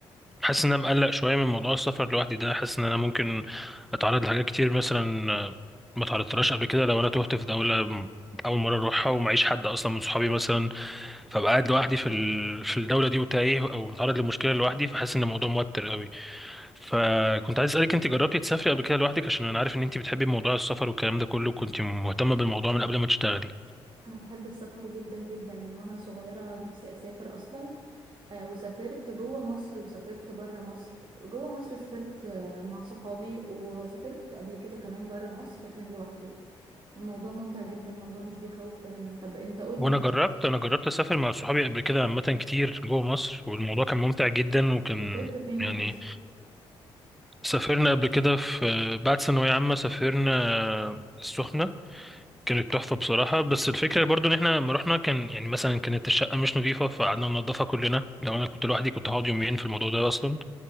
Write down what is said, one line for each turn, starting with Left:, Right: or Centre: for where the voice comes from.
Centre: حاسس إن أنا مقلق شوية من موضوع السفر لوحدي ده حاسس إن أنا ممكن أتعرض لحاجات كتير مثلا آه، ما تعرضتلهاش قبل كده لو أنا تهت في دولة أول مرة أروحها ومعيش حد أصلا من صحابي مثلا فبقى قاعد لوحدي في ال... في الدوله دي وتايه او متعرض لمشكله لوحدي فحاسس ان الموضوع موتر قوي فكنت عايز اسالك انت جربتي تسافري قبل كده لوحدك عشان انا عارف ان انت بتحبي موضوع السفر والكلام ده كله كنت مهتمه بالموضوع من قبل ما تشتغلي
Right: انا بحب السفر جدا جدا من وانا صغيره نفسي اسافر اصلا آه وسافرت جوه مصر وسافرت بره مصر جوه مصر سافرت آه مع صحابي وسافرت قبل كده كمان بره مصر كان لوحدي الموضوع ممتع جدا الموضوع مش بيخوف تماما طب انت قول
Centre: وانا
Right: لي
Centre: جربت انا جربت اسافر مع صحابي قبل كده عامه كتير جوه مصر والموضوع كان ممتع جدا وكان
Right: سافرت فين
Centre: يعني
Right: في مصر
Centre: سافرنا قبل كده في بعد ثانويه عامه سافرنا السخنه كانت تحفة بصراحة بس الفكرة برضو ان احنا لما رحنا كان يعني مثلا كانت الشقة مش نظيفة فقعدنا ننضفها كلنا لو انا كنت لوحدي كنت هقعد يومين في الموضوع ده اصلا